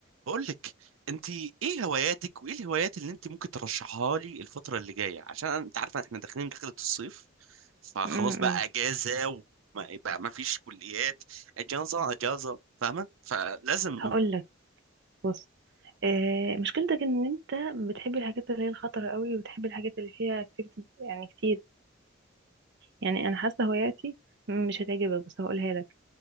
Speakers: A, on the right (about 80°); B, on the right (about 60°).
A: بقول لك انت ايه هواياتك وايه الهوايات اللي انت ممكن ترشحها لي الفتره اللي جايه عشان انت عارفه احنا داخلين دخلة الصيف فخلاص
B: امم
A: بقى اجازه وما بقى ما فيش كليات اجازه اجازه فاهمه فلازم
B: هقول لك بص آه مشكلتك ان انت بتحب الحاجات اللي هي الخطرة قوي وبتحب الحاجات اللي فيها اكتيفيتيز يعني كتير يعني انا حاسة هواياتي مش هتعجبك بس هقولها لك